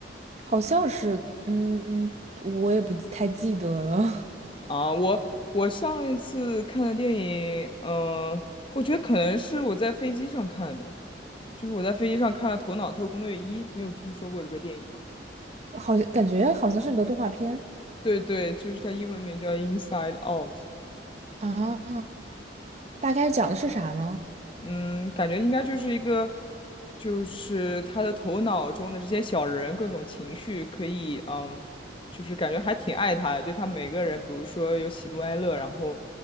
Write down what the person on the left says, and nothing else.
啊，我我上一次看的电影，嗯、我觉得可能是我在飞机上看的，就是我在飞机上看了《头脑特工队一》，你有听说过这个电影吗？
对对，就是它英文名叫《Inside Out》。
嗯，感觉应该就是一个，就是他的头脑中的这些小人各种情绪可以，嗯，就是感觉还挺爱他的。就他每个人，比如说有喜怒哀乐，然后，